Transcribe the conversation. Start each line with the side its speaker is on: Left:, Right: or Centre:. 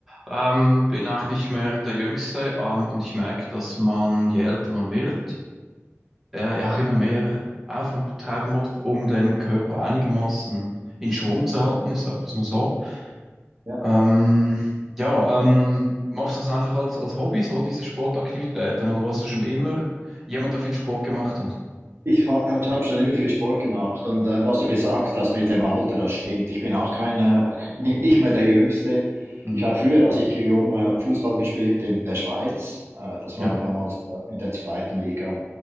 Centre: Ähm, bin auch nicht mehr der Jüngste, ähm, und ich merke, dass man, je älter man wird, äh, ja, auch immer mehr Aufwand betreiben muss, um den Körper einigermaßen in Schwung zu halten. Ich sage das mal so.
Right: ja.
Centre: Ähm, ja, ähm, machst du das einfach als, als Hobby, so diese Sportaktivitäten, oder warst du schon immer jemand, der viel Sport gemacht hat?
Right: Ich habe schon immer viel Sport gemacht und äh, was du gesagt hast mit dem Alter, das stimmt. Ich bin auch kein, äh, <laughs> nicht mehr der Jüngste.
Centre: Hm.
Right: Ich habe früher, als ich jung war, Fußball gespielt in der Schweiz. Äh, das
Centre: Ja,
Right: war damals äh, in der zweiten Liga.